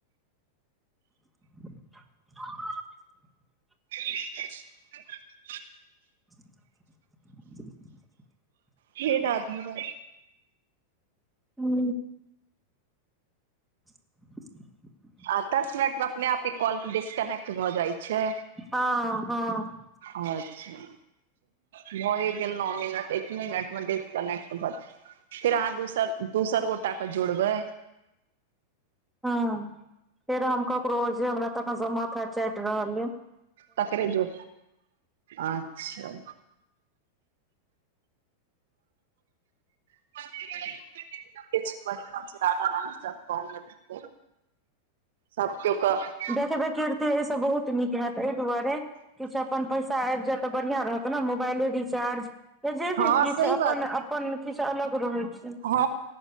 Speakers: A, in the centre; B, on the right (about 55°).
A: <inaudible>
B: <inaudible>
A: <inaudible>
B: फेरा भगवान
A: हू <inaudible>
B: आ दस मिनट मे अपने आपके कॉल डिस्कनेक्ट भऽ जाइ छै
A: हाँ हाँ
B: अच्छा भए गेल नौ मिनट एक मिनट मे डिस्कनेक्ट भऽ फेर अहाँ दोसर दोसर गोट के जोड़बै
A: ह फेर हम ककरो हमरा त माथा चटि रहल य
B: तकरे जो अच्छा कि बड़ि छै रध रण कह <unintelligible> ओ सब के कऽ <unintelligible>
A: देखबे करते ए से बहुत नीक हेत एहि दुआरे किछु अपन पैसा आबि जायत तऽ बढ़िआँ रहत ने मोबाइले रिचार्ज तऽ जे
B: हँ
A: भी किछु
B: सही
A: अपन अपन किछु अलग रहैत छै
B: ह